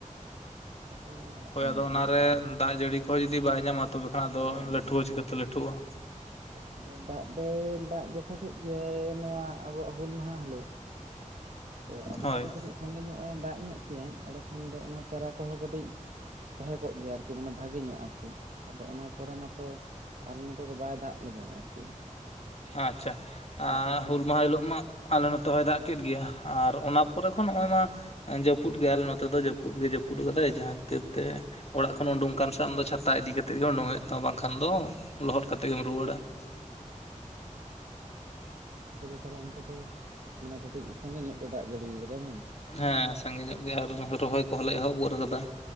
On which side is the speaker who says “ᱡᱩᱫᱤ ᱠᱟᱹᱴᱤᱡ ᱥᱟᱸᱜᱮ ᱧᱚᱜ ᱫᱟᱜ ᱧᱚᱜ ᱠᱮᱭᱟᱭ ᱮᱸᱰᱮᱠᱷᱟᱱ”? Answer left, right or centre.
Right